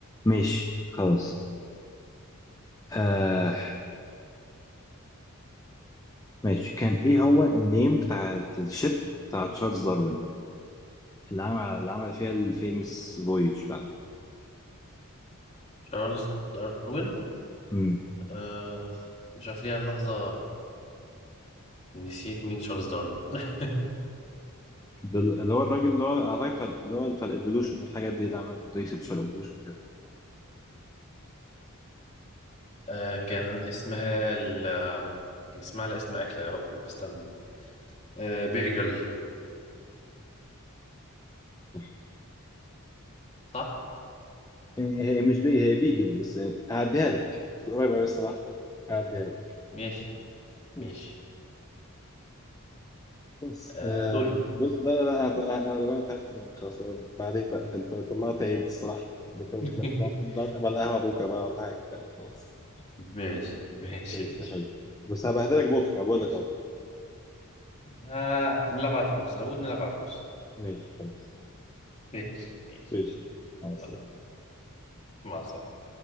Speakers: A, on the left (about 15°); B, on the left (about 30°).
A: ماشي خلاص آه، ماشي كان ايه هو النيم بتاع الشيب بتاع تشارلز داروين اللي عمل اللي عمل فيها الفيمس فويج بتاعته
B: تشارلز داروين
A: مم.
B: آه مش عارف ليه انا لحظة نسيت مين تشارلز داروين <laughs>
A: ده اللي هو الراجل اللي هو اعتقد بتاع اللي هو بتاع الايفولوشن والحاجات دي اللي عمل ريسيرش على الايفولوشن كده
B: آه كان اسمها ال كان اسمها على اسم أكلة يا ربي استنى آه بيجل
A: صح
B: صح؟
A: هي هي مش بي هي بيجل بس هعديها لك قريبة أوي الصراحة هعديها لك
B: ماشي
A: ماشي
B: ماشي
A: بس
B: آه
A: آم،
B: دوري
A: بص لا لا لا أنا أنا أنا بقى تعبت منك خلاص أنا- بعدين بقى أنت طلعت عيد الصراحة ده كمان
B: <laughs>
A: نقعد نقعد على القهوة بكرة بقى ولا حاجة طيب، خلاص
B: ماشي ماشي
A: ماشي
B: ماشي
A: يا حبيبي بس هبهدلك بكرة بقول
B: ماشي
A: لك أهو
B: آه نلعب على فلوس أنا بقول نلعب على فلوس
A: ماشي خلاص
B: ماشي ماشي
A: ماشي يا حبيبي مع
B: يلا
A: السلامة
B: مع السلامة